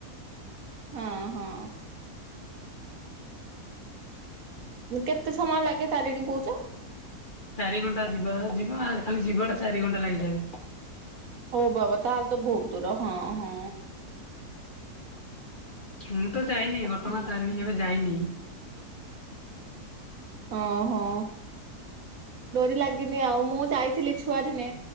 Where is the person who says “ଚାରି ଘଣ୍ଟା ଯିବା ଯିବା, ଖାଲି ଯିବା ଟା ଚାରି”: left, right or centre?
Left